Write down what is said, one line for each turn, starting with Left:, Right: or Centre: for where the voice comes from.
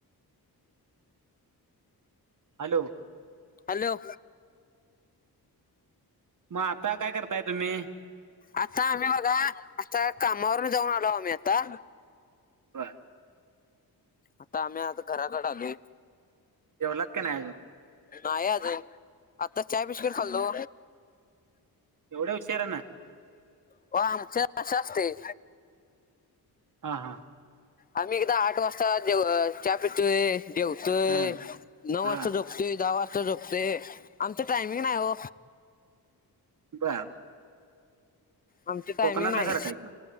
Right: हॅलो.
Left: हॅलो.
Right: मग आता काय करताय तुम्ही
Left: आता आम्ही बघा आता कामावरून जाऊन आलो आम्ही आता
Right: बर.
Left: आता आम्ही आता घराकडे आलो.
Right: जवलात काी नाही अजून
Left: नाही अजून आताच चाय बिस्किट खाल्लो.
Right: एवढ्या उशिरा ना
Left: हो आमच्याश असते.
Right: हा हा.
Left: आम्ही एकदा आठ वाजता च प तो देवत
Right: हा
Left: नऊ वाजता
Right: हा
Left: जो. ते दहा वाजता झोपते आमच टायमिंग नाही हो.
Right: बर.
Left: आमची कायम
Right: कोकणातल्या
Left: नाही
Right: सारखं आहे पण